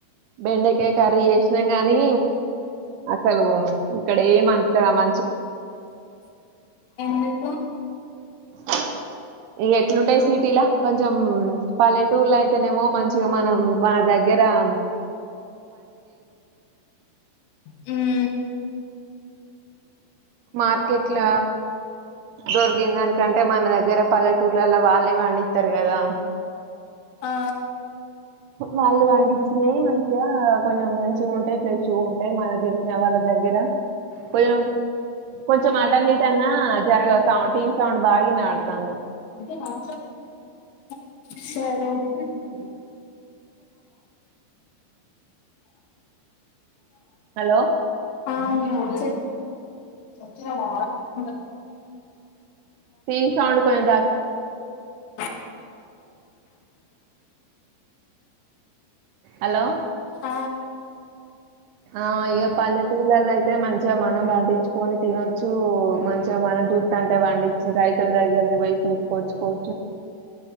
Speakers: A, on the right; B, on the left.
A: బెండకాయ కర్రీ చేసినాం గానీ అసలు ఇక్కడ ఏమంతా మ
B: ఎందుకు
A: <inaudible> ఇగ ఎట్లుంటాయి సిటీలా కొంచెం పల్లెటూర్లో అయితేనేమో మంచిగా మనం మన దగ్గ గ్గ రామ్
B: హ్మ్మ్
A: మార్కెట్ల దొరికింద దానికంటే మన దగ్గర పల్లెటూర్లలో వాళ్ళే పండితరుగదా
B: ఆ
A: వాళ్ళు పండించినాయి మంచిగా కొంచెం మంచిగా ఉంటాయి ఫ్రెష్గా ఉంటాయి మనకు తెలిసిన వాళ్ళ దగ్గర పోయోమ్ కొంచెం అటన్న ఇటన్న జరగ సౌండ్ టీవీ సౌండ్ బాగా ఈనబదడ్తది
B: <unintelligible> సరే <inaudible>
A: హలో
B: అ ఇంగ చెప్
A: టీవీ సౌండ్ కొంచెం తగ్
B: <inaudible> <inaudible>
A: హలో
B: <inaudible> ఆ
A: ఆ ఇగా పల్లెటూర్లలో అయితే మంచిగా మనం పండించుకొని తినొచ్చు మంచిగా మనం చుట్టంటే పండించే రైతుల దగ్గరది పోయి తీసుకొచ్చుకోవచ్చు